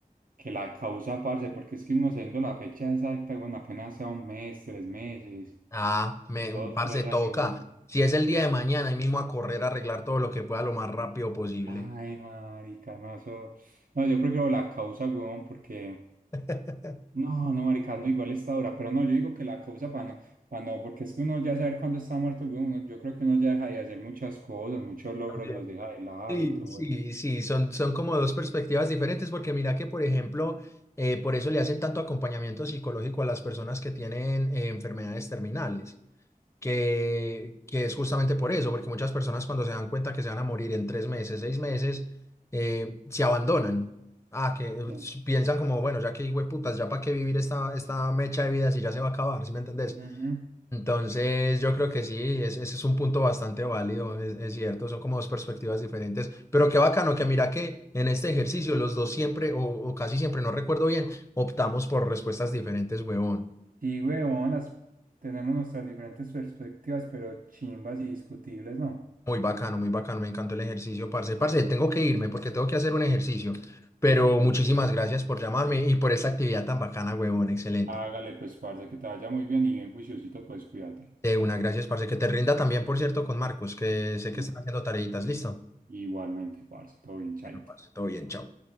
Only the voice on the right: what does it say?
que la causa, parce, porque es que uno sabiendo la fecha exacta, bueno, apenas sea un mes, tres meses,
dos,
tres
años, bueno.
Ay, no, marica, no, eso. No, yo prefiero la causa, weón, porque.
No, no, marica, no, igual esta hora. Pero no, yo digo que la causa para no, para no, porque es que uno ya saber cuándo está muerto, weón, uno- yo creo que uno ya deja de hacer muchas cosas, muchos logros
los deja de lado
y todo
eso.
Ya.
Ujú.
Sí, huevón, las tenemos nuestras diferentes perspectivas, pero chimbas y discutibles, ¿no?
Hágale, pues, parce, que te vaya muy bien y bien juiciosito, pues, cuídate.
Y-
igualmente, parce, todo bien, chaito.